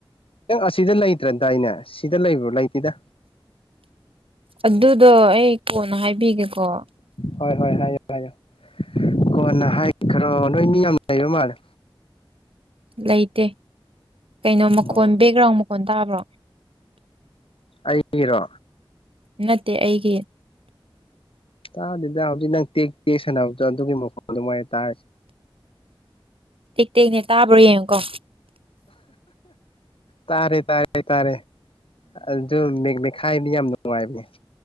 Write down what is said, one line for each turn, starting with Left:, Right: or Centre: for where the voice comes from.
Left: ꯅꯪ ꯑꯁꯤꯗ ꯂꯩꯇ꯭ꯔꯗꯥꯏꯅꯦ ꯁꯤꯗ ꯂꯩꯕ꯭ꯔꯣ ꯂꯩꯇꯦꯗ
Right: ꯑꯗꯨꯗꯣ ꯑꯩ ꯀꯣꯟꯅ ꯍꯥꯏꯕꯤꯒꯦꯀꯣ
Left: ꯍꯣꯏ ꯍꯣꯏ ꯍꯥꯏꯌꯣ ꯍꯥꯏꯌꯣ ꯀꯣꯟꯅ ꯍꯥꯏꯈ꯭ꯔꯣ ꯅꯣꯏ ꯃꯤ ꯌꯥꯝ ꯂꯩꯕ ꯃꯥꯜꯂꯦ
Right: ꯂꯩꯇꯦ ꯀꯩꯅꯣ ꯃꯈꯣꯟ
Left: ꯑꯣ
Right: ꯕꯦꯛꯒ꯭ꯔꯥꯎꯟ ꯃꯈꯣꯟ ꯇꯥꯕ꯭ꯔꯣ
Left: ꯑꯩꯒꯤꯔꯣ
Right: ꯅꯠꯇꯦ ꯑꯩꯒꯤ
Left: ꯇꯥꯗꯦꯗ ꯍꯧꯖꯤꯛ ꯅꯪ ꯇꯦꯛꯇꯦꯛ ꯁꯥꯟꯅꯕꯗꯣ ꯑꯗꯨꯒꯤ ꯃꯈꯣꯟ ꯑꯗꯨꯃꯥꯏꯅ ꯇꯥꯔꯦ
Right: ꯇꯦꯛ ꯇꯦꯛꯅꯦ ꯇꯥꯕ꯭ꯔ ꯌꯦꯡꯉꯨꯀꯣ
Left: ꯇꯥꯔꯦ ꯇꯥꯔꯦ ꯇꯥꯔꯦ ꯑꯗꯨꯝ ꯃꯦꯛ ꯃꯦꯈꯥꯏ ꯃꯤ ꯌꯥꯝ ꯅꯨꯡꯉꯥꯏꯕꯅꯦ